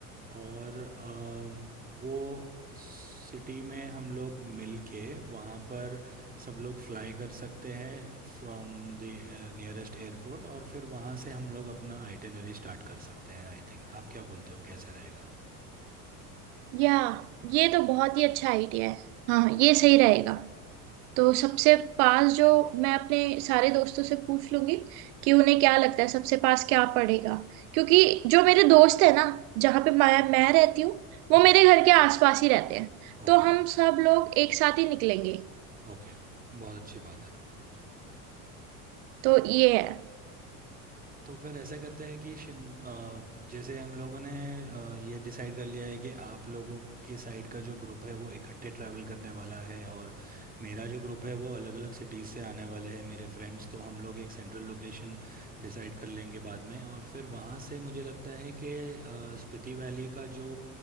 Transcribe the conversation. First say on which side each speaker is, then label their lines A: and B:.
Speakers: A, on the right; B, on the right.
A: और अम, वो सिटी में हम लोग मिल के वहाँ पर सब लोग फ्लाई कर सकते हैं फ्रॉम द नियरेस्ट एयरपोर्ट और फिर वहाँ से हम लोग अपना आइटिनरी स्टार्ट कर सकते हैं आई थिंक आप क्या बोलते हो कैसे रहेगा
B: या ये तो बहुत ही अच्छा आइडिया है हाँ ये सही रहेगा तो सबसे पास जो मैं अपने सारे दोस्तों से पूछ लूंगी कि उन्हें क्या लगता है सबसे पास क्या पड़ेगा क्योंकि जो मेरे दोस्त है ना जहाँ पे मैं मैं रहती हूँ वो
A: हम्म
B: मेरे घर के आसपास ही रहते हैं
A: ओके
B: तो हम सब लोग एक साथ ही निकलेंगे
A: ओके बहुत अच्छी बात है
B: तो ये है
A: तो फिर ऐसा करते हैं कि शिम अ, जैसे हम लोगों ने अ, ये डिसाइड कर लिया है कि आप लोगों के साइड का जो ग्रुप है वो इकट्ठे ट्रैवल करने वाला है और मेरा जो ग्रुप है वो अलग अलग सिटीज़ से आने वाले हैं मेरे फ्रेंड्स तो हम लोग एक सेंट्रल लोकेशन डिसाइड कर लेंगे बाद में और फिर वहाँ से मुझे लगता है कि अ, स्पीति वैली का जो